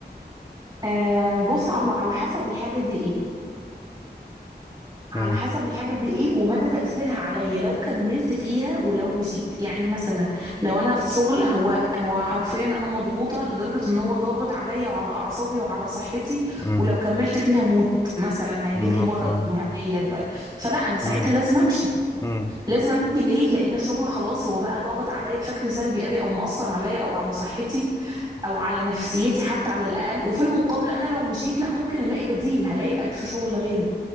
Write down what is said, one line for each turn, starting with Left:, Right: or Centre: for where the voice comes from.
Right: آه بص هو على حسب الحاجه دي ايه على
Left: امم
Right: حسب الحاجه دي ايه ومدى تاثيرها عليا لو كملت فيها ولو مشيت يعني مثلا لو انا في شغل هو هو حرفيا انا مضغوطه لدرجه ان هو ضاغط عليا وعلى اعصابي وعلى صحتي
Left: امم
Right: ولو كملت فيها موت مثلا هيجيب
Left: بالظبط
Right: لي مرض
Left: اه
Right: معين فلا انا ساعتها
Left: امم
Right: لازم امشي
Left: امم
Right: لازم امشي ليه لان الشغل خلاص هو بقى ضاغط عليا بشكل سلبي قوي او مؤثر عليا او على صحتي او على نفسيتي حتى على الاقل وفي المقابل انا لو مشيت لا ممكن الاقي بديل هلاقي الف شغل غيره